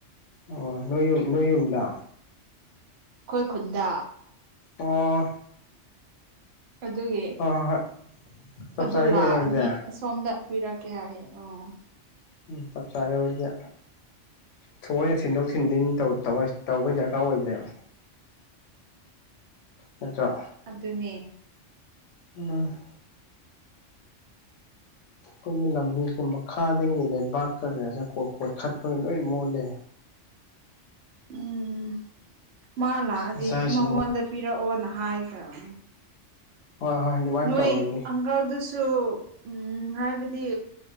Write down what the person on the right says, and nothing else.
ꯑꯩꯈꯣꯏ ꯈꯨꯟꯗ
ꯑꯗꯨꯒꯤ
ꯑꯗꯨ
ꯂꯥꯛꯑꯅꯤ
ꯑꯁꯣꯝꯗ ꯄꯤꯔꯛꯀꯦ ꯍꯥꯏꯌꯦ ꯑꯣ
ꯎꯝ
ꯑꯗꯨꯅꯦ
ꯎꯝ ꯃꯥ ꯂꯥꯛꯑꯗꯤ
ꯃꯉꯣꯟꯗ ꯄꯤꯔꯛꯑꯣꯅ ꯍꯥꯏꯈ꯭ꯔꯕꯅꯤ
ꯅꯣꯏ
ꯑꯪꯀꯜꯗꯨꯁꯨ ꯁꯨ ꯎꯝ ꯍꯥꯏꯕꯗꯤ